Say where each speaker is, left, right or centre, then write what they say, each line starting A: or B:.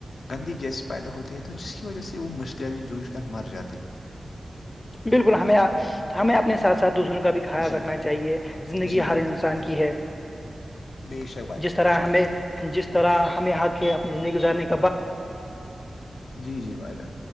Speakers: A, on the left; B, on the left.
A: گندی گیس پیدا ہوتے ہے تو جس کی وجہ سے وہ مچھلیاں بھی جوجھ کر مر جاتے ہیں
B: بالکل ہمیں ہمیں اپنے ساتھ ساتھ دوسروں کا بھی خیال
A: جی
B: رکھنا چاہیے زندگی
A: جی بھائی
B: ہر انسان کی ہے
A: بے شک بھائی جان
B: جس طرح
A: بے شک
B: ہم جس طرح ہمیں حق ہے اپنی زندگی گزارنے کے
A: جی جی بھائیڈا